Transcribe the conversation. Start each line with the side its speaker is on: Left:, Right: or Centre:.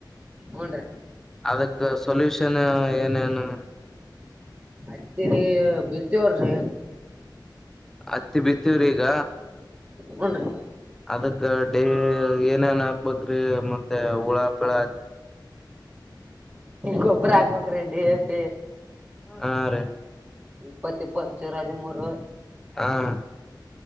Right: ಹೂನ್ರಿ
Centre: ಅದಕ್ಕ ಸೊಲ್ಯೂಷನ್ ಏನೇನು
Right: ಅತ್ತರಿ ಬಿತಿವಲ್ರಿ
Centre: ಹತ್ತಿ ಬಿತ್ತೀವ್ರಿ ಈಗ
Right: ಹ್ನ್ ರೀ
Centre: ಅದಕ್ಕ ಡೇ ಏನೇನ್ ಹಾಕ್ಬೇಕ್ರಿ ಮತ್ತೆ ಹುಳಾಪಳ
Right: ಗೊಬ್ಬರ ಹಾಕ್ಬೇಕ ರೆಡ್ ಡಿ ಎಪಿ
Centre: ಹಾ ರೇ
Right: ಇಪ್ಪತ್ ಇಪ್ಪತ್ತು ಜರು ಹದಿಮೂರು
Centre: ಹಾ <inaudible>